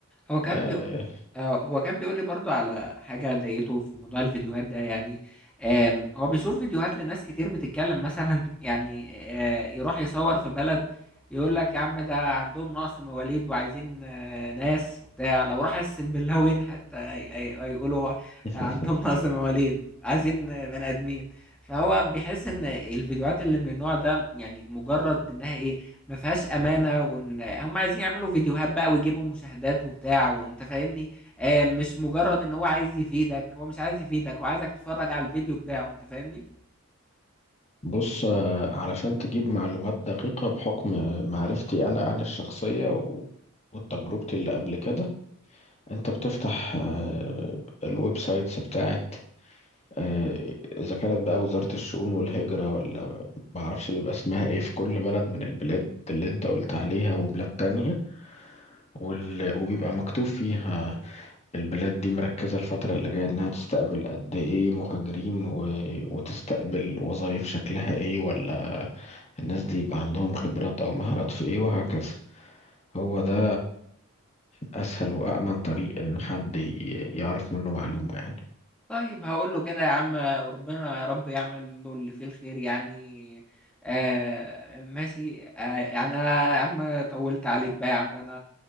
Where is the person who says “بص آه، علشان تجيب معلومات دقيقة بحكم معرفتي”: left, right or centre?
Left